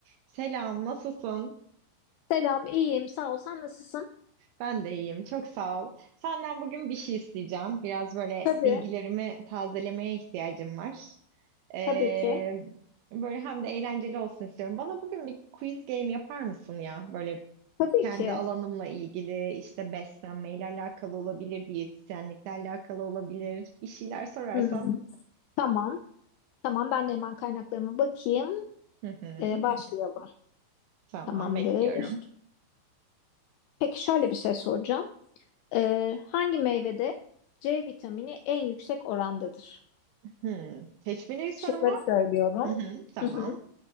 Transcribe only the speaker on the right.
Selam, nasılsın?
Ben de iyiyim, çok sağ ol. Senden bugün bir şey isteyeceğim. Biraz böyle
bilgilerimi tazelemeye ihtiyacım var. Ee,
böyle hem de eğlenceli olsun istiyorum. Bana bugün bir quiz game yapar mısın ya? Böyle
kendi
alanımla ilgili, işte beslenmeyle alakalı olabilir, diyetisyenlikle alakalı olabilir. Bir şeyler sorarsan.
Hı hı,
tamam,
bekliyorum.
Hı, seçmeli bir soru
mu?
Hı hı, tamam.